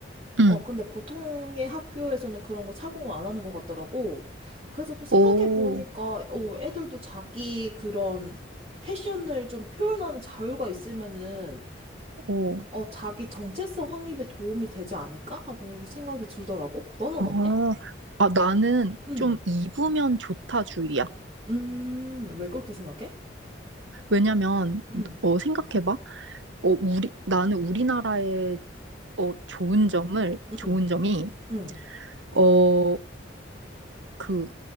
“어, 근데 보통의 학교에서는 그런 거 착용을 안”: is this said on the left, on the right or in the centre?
Right